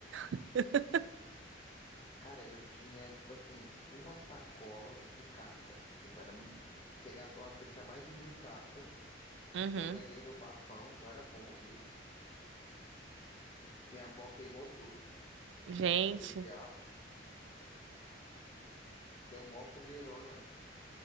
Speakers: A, on the right; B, on the left.
A: <laughs>
B: Cara, eu tinha, tipo assim, uma sacola de carta. Tipo, era. Chegava, eu acho que eu tinha mais de mil cartas
A: Uhum.
B: que eu ganhei no bafão, que eu era bom nisso. Minha avó queimou tudo, que
A: Gente,
B: falou que era do diabo. Deu mó fogueirona.